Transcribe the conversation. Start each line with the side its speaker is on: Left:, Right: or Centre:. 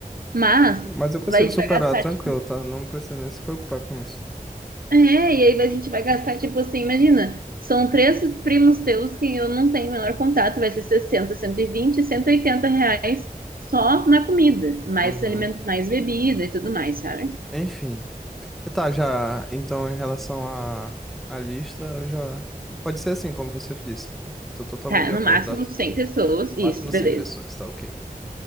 Right: mas
Centre: Mas eu consigo
Right: vai- a gente
Centre: superar
Right: vai gastar,
Centre: tranquilo,
Right: tipo,
Centre: tá? Não precisa nem se preocupar com isso.
Right: É, e aí a gente vai gastar, tipo assim, imagina, são três primos teus que eu não tenho o menor contato, vai ser sessenta cento e vinte cento e oitenta reais só na comida, mais
Centre: Uhum.
Right: alimento, mais bebida e tudo mais, sabe?
Centre: Enfim. Tá, já. Então, em relação à à lista, eu já. Pode ser assim, como você disse. Tô totalmente
Right: Tá,
Centre: de acordo,
Right: no máximo
Centre: tá?
Right: 100 pessoas,
Centre: Máximo
Right: isso, beleza.
Centre: 100 pessoas, tá ok.